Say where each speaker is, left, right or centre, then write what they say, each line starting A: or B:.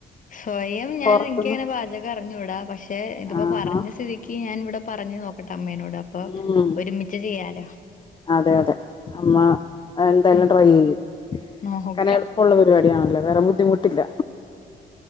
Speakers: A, on the left (about 40°); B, on the left (about 25°).
A: സ്വയം ഞാൻ
B: പൊറത്തുന്ന്
A: എനിക്ക് അങ്ങനെ പാചകം അറിഞ്ഞുടാ പക്ഷെ ഇതിപ്പോ
B: ആഹാ
A: പറഞ്ഞ സ്ഥിതി ക്ക് ക്ക് ഞാൻ ഇവിടെ പറഞ്ഞു നോക്കട്ടെ അമ്മേനോട് അപ്പൊ
B: ഉം
A: ഒരുമിച്ച് ചെയ്യാലോ
B: അതെ അതെ അമ്മ അത് എന്തായാലും
A: ഉം
B: ട്രൈ ചെയ്യും
A: നോക്കാം
B: കാരണം എളുപ് പ്പം ഉള്ള പരിപാടിയണല്ലോ വേറെ ബുദ്ധിമുട്ടില്ല